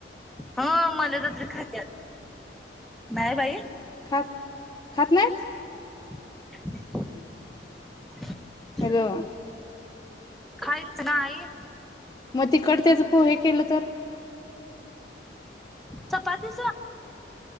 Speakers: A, in the centre; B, on the left.
A: हा मनतात्रे खाात्या नाहीय बाई
B: खात खात नाही
A: <inaudible>
B: हॅलो
A: काहीच नाही
B: मग तिकडचेच पोहे केलं तर?
A: चपाती.